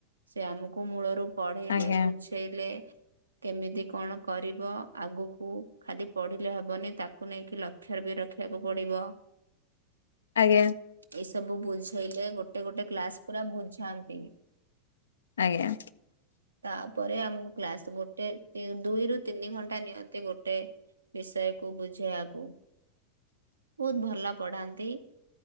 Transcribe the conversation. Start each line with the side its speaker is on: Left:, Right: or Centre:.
Right: ସେ ଆମୁକୁ ମୂଳରୁ ପଢେଇଲେ
Left: ଆଜ୍ଞା।
Right: ବୁଝ୍ ଝେଇଲେ କେମିତି କଣ କରିବ ଆଗୁକୁ। ଖାଲି ପଢିଲେ ହବନି ତାକୁ ନେଇକି ଲକ୍ଷ୍ୟରେବି ରଖିବାକୁ ପଡିବ।
Left: ଆଜ୍ଞା।
Right: ଏଇ ସବୁ ବୁଝେଇଲେ ଗୋଟେ ଗୋଟେ କ୍ଲାସ ପୁରା ବୁଝାନ୍ତି।
Left: ଆଜ୍ଞା।
Right: ତାପରେ ଆମୁକୁ କ୍ଲାସ ଗୋଟେ <unintelligible> ଦୁଇରୁୁ ତିନି ଘଣ୍ଟା ନିଅନ୍ତି ଗୋଟେ ବିଷୟକୁ ବୁଝେଇବାକୁ। ବହୁତ ଭଲ ପଢାନ୍ତି।